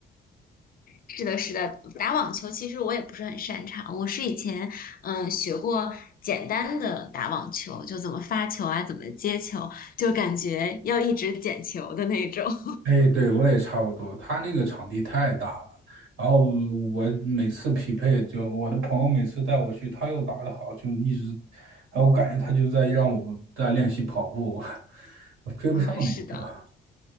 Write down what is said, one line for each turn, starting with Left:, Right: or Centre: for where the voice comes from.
Left: 是的，是的，打网球其实我也不是很擅长，我是以前嗯学过简单的打网球，就怎么发球啊，怎么接球，就感觉要一直捡球的那种。<laughs>
Right: 哎，对，我也差不多。他那个场地太大了，然后我每次匹配，就我的朋友每次带我去，他又打得好，就一直，然后我感觉他就在让我在练习跑步，<laughs> 我追不上那个球。
Left: 嗯，是的，